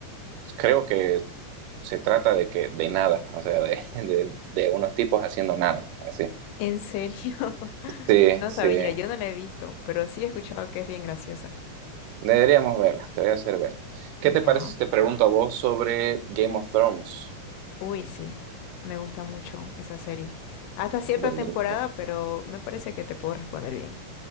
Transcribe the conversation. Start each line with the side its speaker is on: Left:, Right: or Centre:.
Right: creo que se trata de que de nada, o sea, de, <laughs> de, de unos tipos haciendo nada, así.
Left: ¿en serio? <laughs>
Right: Sí,
Left: No
Right: sí.
Left: sabía,
Right: Eh,
Left: yo no la he visto, pero sí he escuchado que es bien graciosa.
Right: Deberíamos verla, te voy a hacer ver. ¿Qué te
Left: Ya,
Right: parece si te pregunto a vos sobre Game of Thrones?
Left: uy, sí, me gusta mucho esa serie. Hasta cierta
Right: Buenísimo.
Left: temporada, pero me parece que te puedo responder bien.